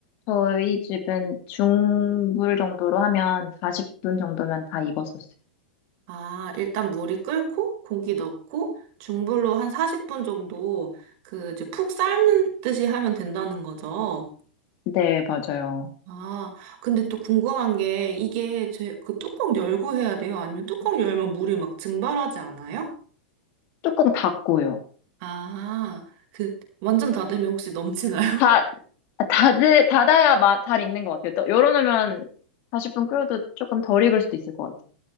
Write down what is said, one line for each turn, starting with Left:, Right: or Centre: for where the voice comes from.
Left: 저희 집은 중불 정도로 하면 40분 정도면 다 익었었어요.
Right: 아, 일단 물이 끓고 고기 넣고 중불로 한 40분 정도 그 이제 푹 삶는 듯이 하면 된다는 거죠.
Left: 네, 맞아요.
Right: 아, 근데 또 궁금한 게 이게 제 그 뚜껑 열고 해야 돼요? 아니면 뚜껑 열면 물이 막 증발하지 않아요?
Left: 조금 닫고요.
Right: 아, 그 완전 닫으면 혹시 넘치나요?
Left: 다, 닫을, 닫아야 마- 잘 익는 것 같아요. 또 열어놓으면 40분 끓여도 조금 덜 익을 수도 있을 것 같아요.